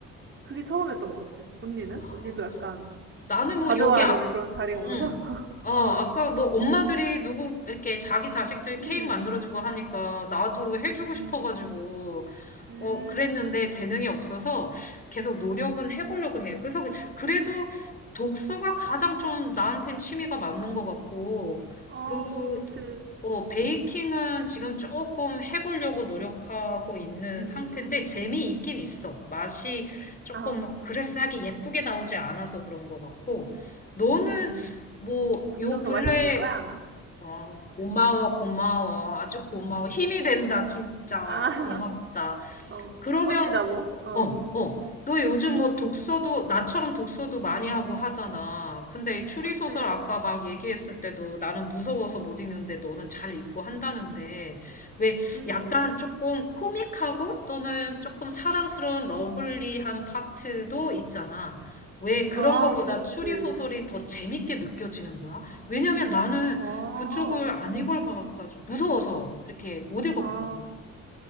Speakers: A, on the right; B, on the left.
A: 그게 처음이었던 것 같아. 언니는?
B: 아.
A: 언니도 약간
B: 나는 뭐
A: 가져와야
B: 여기 아,
A: 되는 그런 자리가
B: 응.
A: 많아서 <laughs>
B: 어, 아까
A: 어.
B: 뭐 엄마들이 누구 이렇게 자기 자식들
A: 음,
B: 케이크 만들어주고 하니까 나도 해주고
A: 음,
B: 싶어가지고
A: 음.
B: 어 그랬는데 재능이 없어서 계속 노력은 해보려고 해. 그래서 그- 그래도 독서가 가장 좀 나한텐 취미가 맞는 것 같고
A: 어.
B: 그
A: 아, 너무 좋지.
B: 어, 베이킹은 지금 조금 해보려고 노력하고 있는
A: 음.
B: 상태인데 재미있긴 있어. 맛이 조금
A: 아,
B: 막 그럴싸하게 예쁘게 나오지 않아서 그런 것 같고 너는
A: 음.
B: 뭐
A: 점점
B: 요 근래
A: 더 맛있어질 거야.
B: 어, 고마워 고마워 아주 고마워 힘이 된다 진짜
A: 아.
B: 고맙다.
A: <laughs> 어.
B: 그러면
A: 언니 나 뭐? 어.
B: 어, 어. 너 요즘 뭐 독서도, 나처럼 독서도 많이 하고 하잖아. 근데 이 추리소설
A: 그치.
B: 아까 막 얘기했을 때도 나는 무서워서 못 읽는데 너는 잘 읽고 한다는데, 왜
A: 음.
B: 약간 조금 코믹하고 또는 조금 사랑스러운 러블리한 파트도 있잖아. 왜 그런
A: 아,
B: 거보다
A: 너무 좋지.
B: 추리소설이 더 재밌게 느껴지는 거야? 왜냐면 나는
A: 아.
B: 그쪽을 안 읽어봐가지고, 무서워서 이렇게 못 읽어봤거든.
A: 아.